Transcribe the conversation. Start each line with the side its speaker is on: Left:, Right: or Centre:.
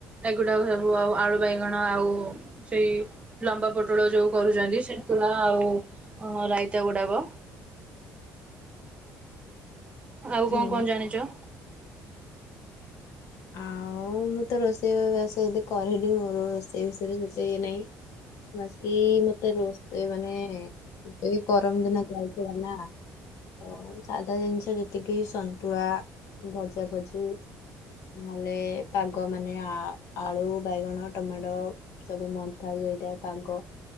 Right: ଏଗୁଡାକ ସବୁ ଆଉ ଆଳୁ ବାଇଗଣ ଆଉ। ସେଇ ଲମ୍ବା ପୋଟଳ ଯୋଉ କରୁଛନ୍ତି ସେନ୍ତୁଳା ଆଉ ଅ ରାଇତା ଗୁଡାକ। ଆଉ
Left: ହୁଁ
Right: କଣ କଣ ଜାଣିଛ?
Left: ଆଉ ମୁଁ ତ ରୋଷେଇ ବାସ ଏତେ କରେନି ମୋର ରୋଷେଇ ବିଷୟରେ ସେତେ ଇଏ ନାହିଁ। ବାକି ମୋତେ ରୋଷେଇ ମାନେ। ଏବେ ବି ଗରମ ଦିନ ଚାଲିଥିଲା ନା। ତ ସାଧା ଜିନିଷ ଯେତିକି ସନ୍ତୁଳା ଭଜା ଭଜି। ନହେଲେ ପାଗ ମାନେ ଆ ଆଳୁ ବାଇଗଣ ଟମାଟୋ। ସବୁ ମନ୍ଥା ଯଉ ହେଇଥାଏ ପାଗ